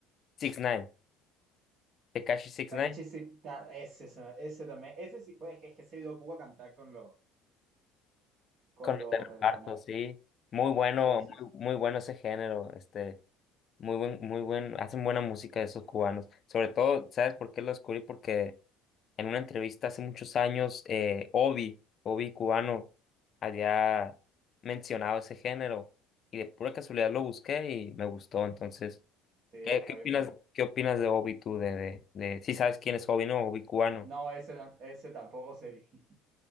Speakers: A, on the left; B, on the right.
A: Six Nine, Tekashi Six
B: Takeshi,
A: Nine,
B: Six- Ta- ese, ese ese también. Ese sí, pues es que, es que se ha ido a Cuba a cantar con los, con
A: con el
B: los
A: de reparto,
B: reggaetoneros.
A: sí. Muy bueno,
B: Sí, sí,
A: muy,
B: sí.
A: muy bueno ese género, este, muy buen, muy buen, hacen buena música esos cubanos. Sobre todo, ¿sabes por qué lo descubrí? Porque en una entrevista hace muchos años, eh, Obi, Obi cubano, había mencionado ese género y de pura casualidad lo busqué y me gustó. Entonces,
B: Sí, está
A: ¿qué, qué
B: bien
A: opinas,
B: bueno.
A: qué opinas de Obi tú? De, de, de, si sabes quién es Obi, ¿no? Obi cubano.
B: No, ese, no- ese tampoco seguí. <laughs>